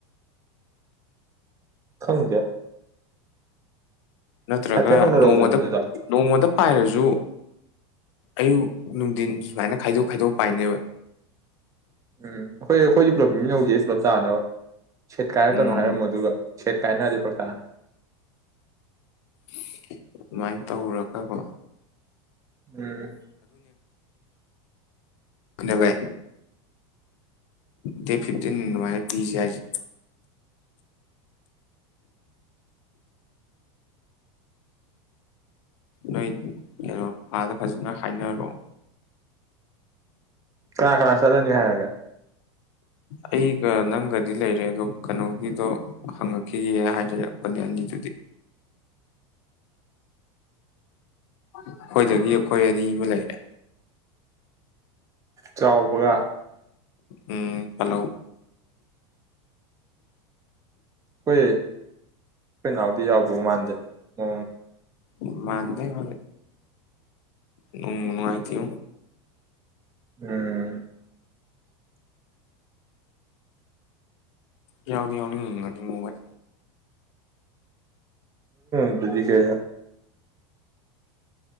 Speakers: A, on the right; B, on the left.
A: ꯈꯪꯗꯦ
B: ꯅꯠꯇ꯭ꯔꯒ
A: ꯍꯥꯏꯐꯦꯠ ꯍꯪꯅꯔꯧꯗꯅ
B: ꯅꯣꯡꯃꯗ
A: ꯑꯗꯨꯗ
B: ꯅꯣꯡꯃꯗ ꯄꯥꯏꯔꯁꯨ ꯑꯌꯨꯛ ꯅꯨꯡꯊꯤꯜ ꯁꯨꯃꯥꯏꯅ ꯈꯥꯏꯗꯣꯛ ꯈꯥꯏꯗꯣꯛ ꯄꯥꯏꯅꯦꯕ
A: ꯎꯝ ꯑꯩꯈꯣꯏ ꯑꯩꯈꯣꯏꯗꯤ ꯄꯨꯂꯞ ꯄꯨꯟꯃꯤꯅ ꯍꯧꯁꯦ ꯄꯨꯂꯞ ꯆꯥꯅꯕ ꯁꯦꯠ ꯀꯥꯏꯔꯛꯀꯅꯣ
B: ꯎꯝ
A: ꯍꯥꯏꯔꯝꯃꯣ ꯑꯗꯨꯒ ꯁꯦꯠ ꯀꯥꯏꯅꯔꯗꯤ ꯐꯔꯛ ꯇꯥꯅꯤ
B: <unintelligible> ꯑꯗꯨꯃꯥꯏꯅ ꯇꯧꯔꯒꯀꯣ
A: ꯎꯝ
B: ꯑꯗꯣ ꯕꯥꯢ ꯗꯦꯠ ꯐꯤꯞꯇꯤꯟ ꯑꯗꯨꯃꯥꯏꯅ ꯄꯤꯖꯦ ꯍꯥꯏꯖꯤꯅꯦ ꯅꯣꯏ ꯀꯩꯅꯣ ꯄꯥꯥꯗ ꯐꯖꯅ ꯍꯥꯏꯅꯔꯣ
A: ꯀ ꯀ꯭ꯔ ꯆꯗꯅꯅꯤ ꯍꯥꯏ <inaudible>
B: ꯑꯩꯒ ꯅꯪꯒꯗꯤ ꯂꯩꯔꯦ ꯑꯗꯣ ꯀꯩꯅꯣꯒꯤꯗꯣ ꯍꯪꯉꯛꯈꯤꯒꯦ ꯍꯥꯏꯖꯔꯦ ꯄꯣꯗꯌꯥꯟꯒꯤꯗꯨꯗꯤ ꯑꯩꯈꯣꯏꯗꯒꯤ ꯑꯩꯈꯣꯏ ꯑꯅꯤ ꯑꯃ ꯂꯩꯔꯦ
A: ꯆꯥꯎꯕꯒ
B: ꯎꯝ ꯍꯦꯜꯂꯣ
A: ꯍꯣꯏ ꯄꯅꯎꯗꯤ ꯌꯥꯎ ꯕꯃꯥꯟꯗꯦ ꯑ
B: ꯎꯝ ꯃꯗ ꯃꯥ ꯅꯨꯡ ꯅꯨꯡꯉꯥꯏ ꯇꯨ
A: ꯎꯝ
B: ꯌꯥꯎꯗꯤ ꯌꯥꯎꯅꯤꯡ ꯃꯣꯕꯥꯏꯜ
A: ꯎꯇꯗꯤ ꯀ